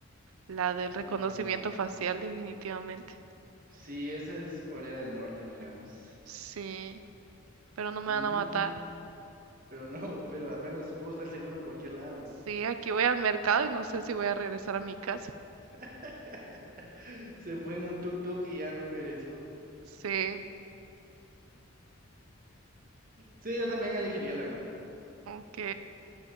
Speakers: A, on the right (about 80°); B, on the right (about 40°).
A: La del
B: Ah,
A: reconocimiento facial, definitivamente.
B: sí, esa es Corea del Norte, miramos.
A: Sí, pero no me
B: Mm,
A: van a matar.
B: pero no, pero al menos puedo estar seguro en cualquier lado.
A: Sí, aquí voy al mercado y no sé si voy a regresar a mi casa.
B: <laughs> Se fue en un tuk-tuk y ya no regresó.
A: Sí,
B: Sí, yo también elegiría la misma.
A: ok.